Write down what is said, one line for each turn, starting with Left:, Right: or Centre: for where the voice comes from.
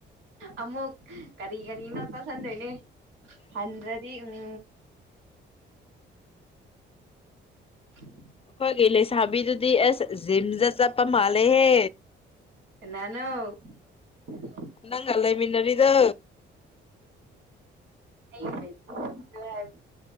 Right: ꯑꯃꯨꯛ ꯀꯔꯤ ꯀꯔꯤꯅꯣ ꯆꯁꯤꯟꯗꯣꯏꯅꯦ ꯍꯟꯗ꯭ꯔꯗꯤ ꯎꯝ <inaudible>
Left: ꯑꯩꯈꯣꯏꯒꯤ ꯂꯩꯁꯥꯕꯤꯗꯨꯗꯤ ꯑꯁ ꯖꯤꯝꯗ ꯆꯠꯄ ꯃꯥꯜꯂꯦꯍꯦ
Right: ꯅꯅꯣ <inaudible>
Left: ꯅꯪ ꯂꯩ ꯃꯤꯟꯅꯔꯤꯗ
Right: ꯂꯩ ꯍꯥꯏꯕ